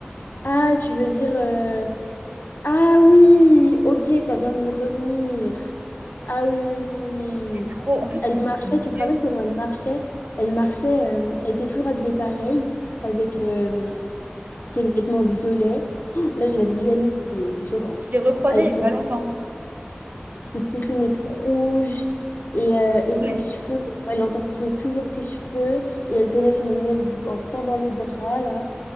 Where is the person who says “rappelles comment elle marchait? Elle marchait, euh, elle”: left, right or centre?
Left